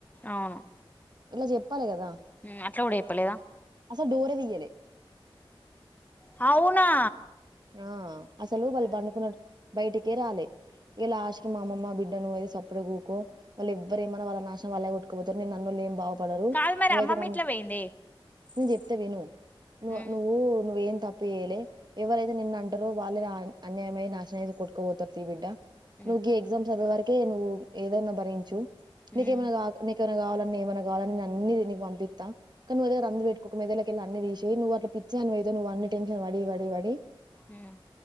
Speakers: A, on the left (about 20°); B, on the right (about 50°).
A: అవును
B: ఇట్లా జేప్పాలే గదా
A: ఉహ్ అట్లా కూడా ఎప్పలేదా
B: అసల్ డోరే దియాలే.
A: హావునా
B: ఆ అసలు వాళ్ళు బడుకునాడ్ బయటికే రాలే. ఇగా లాస్టకి మా అమమ్మ బిడ్డ నువైతే సప్పడే గుకో. వాళ్ళు ఎవ్వరు ఏమన్నా వాళ్ళ నాశనం వాళ్ళే కొట్టుపోతారు నీన్ అనోళ్ళు ఏం బాగుపడరు
A: కాదు మరి
B: నువ్వైతే
A: అమ్మమ్మ
B: రాన్
A: ఎట్లా పోయింది
B: నీన్ జేప్తా విను నువ్వా
A: ఉమ్
B: నువ్వు నువ్వేం తప్పు జేయలే ఎవరై తి నీన్ అంటరో వాళ్ళే నాన్ అన్యాయమై నాశనవాద్ కోట్కా ఓతర్ తీయ్ బిడ్డా
A: ఉమ్
B: నువ్వు గేగ్ ఎగ్జామ్స్ అవే వరకే నువ్వు ఏదైనా భరించు నీకేమైనా
A: ఉమ్
B: గాద్ నీకేవన్నా గావాలన్న ఏమన్నా గావాలన్ అన్ని పంపిస్తా కానీ నువ్వు అదే రంద్ వెట్ ఒక మెందడ్లకేళి అన్ని తీచ్చేయ్ నువ్వు అట్లా పిచోనివైతావ్ నువ్ అన్ని టెన్షన్ వడి వడి
A: ఉహ్